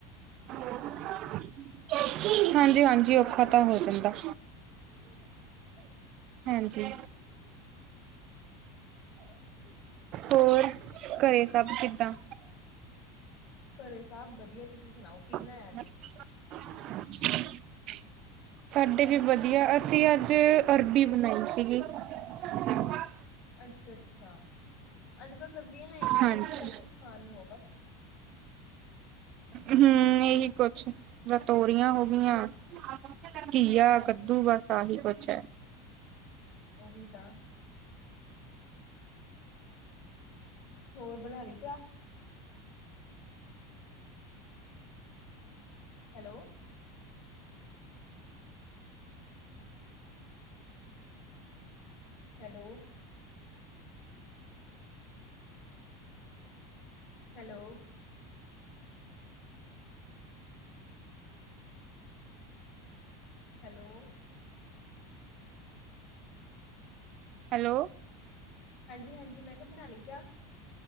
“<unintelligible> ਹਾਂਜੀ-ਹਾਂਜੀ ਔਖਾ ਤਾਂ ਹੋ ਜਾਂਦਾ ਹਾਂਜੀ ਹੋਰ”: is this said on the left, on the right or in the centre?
Right